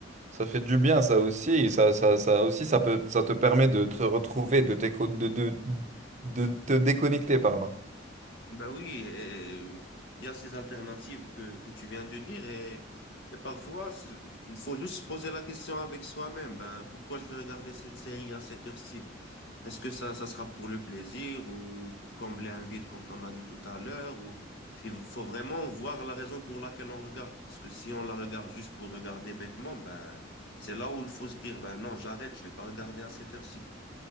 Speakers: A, on the right (about 40°); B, on the left (about 65°).
A: Ça fait du bien, ça aussi. Ça, ça, ça aussi, ça peut, ça te permet de te retrouver, de, t'éco- de, de, de te déconnecter, pardon.
B: Ben oui, et, euh, il y a ces alternatives que, que tu viens de dire et, et parfois, c'est- il faut juste se poser la question avec soi-même. Ben, pourquoi je vais regarder cette série à cette heure-ci? Est-ce que ça, ça sera pour le plaisir ou pour combler un vide comme on a dit tout à l'heure ou il faut vraiment voir la raison pour laquelle on regarde parce que si on la regarde juste pour regarder bêtement ben c'est là où il faut se dire ben non j'arrête je vais pas regarder à cette heure-ci.